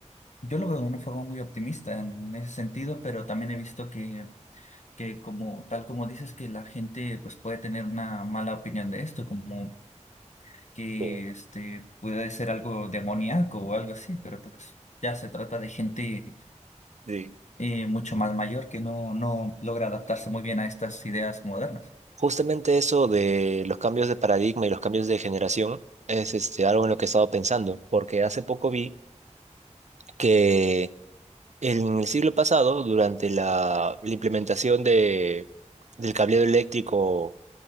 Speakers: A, on the left; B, on the right.
A: yo lo veo de una forma muy optimista en ese sentido, pero también he visto que que como tal como dices que la gente pues puede tener una mala opinión de esto, como que
B: <laughs> Eh,
A: este puede ser algo demoníaco o algo así, pero pues ya se trata de gente
B: Sí.
A: eh, mucho más mayor que no, no logra adaptarse muy bien a estas ideas modernas.
B: Justamente eso de los cambios de paradigma y los cambios de generación es este, algo en lo que he estado pensando, porque hace poco vi que en el siglo pasado, durante la, la implementación de, del cableado eléctrico